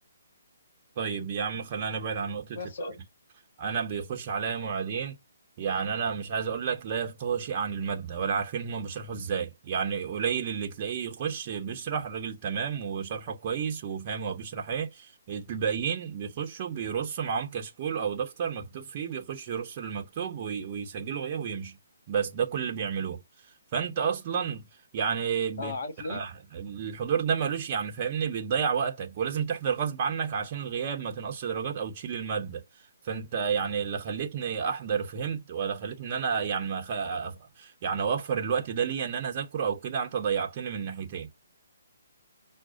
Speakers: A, on the right; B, on the left.
A: طيب يا عم خلينا نبعد عن نقطة
B: بس
A: انا بيخش عليا معيدين يعني انا مش عايز اقول لك لا يفقهوا شيء عن الماده ولا عارفين هما بيشرحوا ازاي يعني قليل اللي تلاقيه يخش بيشرح الراجل تمام وشرحه كويس وفاهم هو بيشرح ايه الباقيين بيخشوا بيرصوا معاهم كشكول او دفتر مكتوب فيه بيخش يرص المكتوب وي- ويسجله غياب ويمشي بس ده كل اللي بيعملوه فانت اصلا يعني ب...
B: اه عارف ليه
A: الحضور ده ملوش يعني فاهمني بيضيع وقتك ولازم تحضر غصب عنك عشان الغياب ما تنقصش درجات او تشيل الماده فانت يعني اللي خلتني احضر فهمت ولا خلتني ان انا يعني ما خ... يعني اوفر الوقت ده ليا ان انا اذاكره او كده انت ضيعتني من ناحيتين